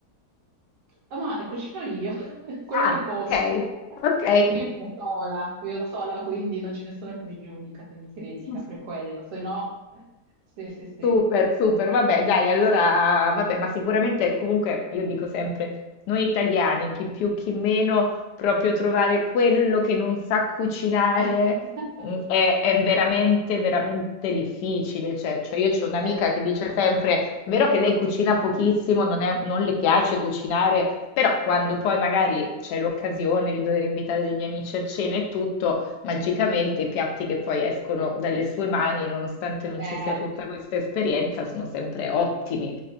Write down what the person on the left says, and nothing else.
Ah,
ok,
ok.
<laughs>
Super, super, vabbè, dai, allora, vabbè, ma sicuramente comunque io dico sempre, noi italiani, chi più chi meno, proprio trovare quello che non sa cucinare
mm, è, è veramente, veramente difficile. Cioè, cioè io ho un'amica
che dice sempre, è vero che lei cucina pochissimo, non è- non le piace cucinare, però quando poi magari c'è l'occasione di dover invitare degli amici a cena e tutto magicamente i piatti che poi escono dalle sue mani, nonostante non
ci sia tutta questa esperienza, sono sempre ottimi.